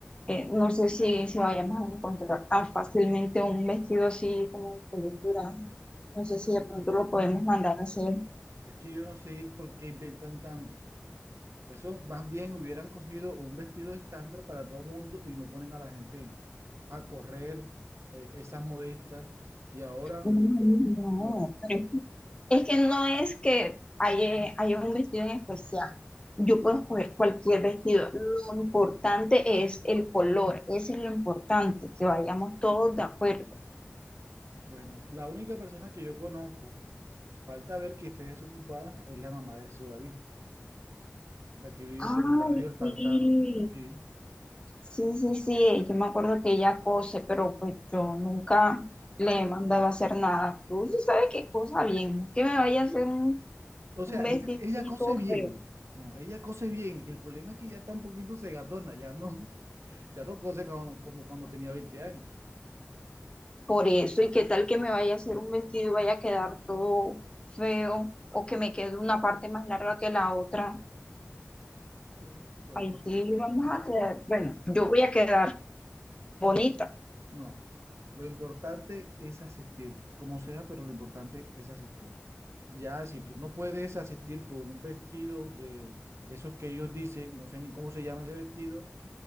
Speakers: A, on the left; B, on the right.
A: eh, no sé si, si vayamos a encontrar tan fácilmente un vestido así como de color durazno. No sé si de pronto lo podemos mandar a hacer.
B: Es que yo no sé por qué inventan tanto. Eso más bien hubieran cogido un vestido estándar para todo mundo y no ponen a la gente a correr eh, esas modistas. Y ahora,
A: No, no, no,
B: no, el-
A: Es que no es que haya, haya un vestido en especial. Yo puedo escoger cualquier vestido. Lo importante es el color. Eso es lo importante, que vayamos todos de acuerdo.
B: bueno, la única persona que yo conozco, falta ver que esté desocupada, es la mamá de Sudaví, la que vive
A: Ay,
B: por el barrio El
A: sí.
B: Pantano. Sí.
A: Sí, sí, sí. Yo me acuerdo que ella cose, pero pues yo nunca le he mandado a hacer nada. Tú sí sabes qué cosa bien. No es Que me vaya a hacer un,
B: O sea,
A: un vestido
B: ella, ella
A: y
B: cose
A: todo
B: bien.
A: feo.
B: No, ella cose bien. El problema es que ya está un poquito segatona, ya no, ya no cose como, como cuando tenía 20 años.
A: Por eso, ¿y qué tal que me vaya a hacer un vestido y vaya a quedar todo feo o que me quede una parte más larga que la otra?
B: Bueno, lo
A: Ahí
B: importante.
A: sí vamos
B: No,
A: a quedar, bueno, yo voy a quedar bonita.
B: no. Lo importante es asistir, como sea, pero lo importante es asistir. Ya, si tú no puedes asistir con un vestido de esos que ellos dicen, no sé ni cómo se llama ese vestido,